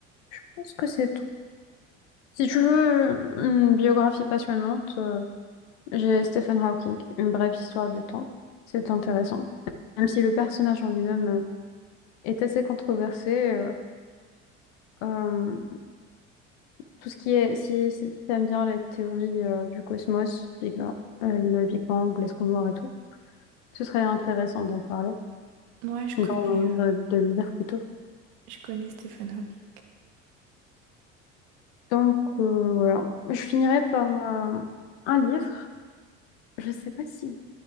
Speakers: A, on the left; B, on the right.
A: je pense que c'est tout. Si tu veux une biographie passionnante, euh, j'ai Stephen Hawking, Une brève histoire du temps. C'est intéressant. Même si le personnage en lui-même euh, est assez controversé, euh, euh, tout ce qui est, si, si tu aimes bien les théories euh, du cosmos, Big Bang- euh, le Big Bang, les trous noirs et tout, ce serait intéressant d'en parler,
B: Ouais, je connais,
A: d'en- de,
B: euh,
A: de le lire plutôt.
B: je connais Stephen Hawking.
A: Donc euh, voilà, je finirai par euh, un livre. Je sais pas si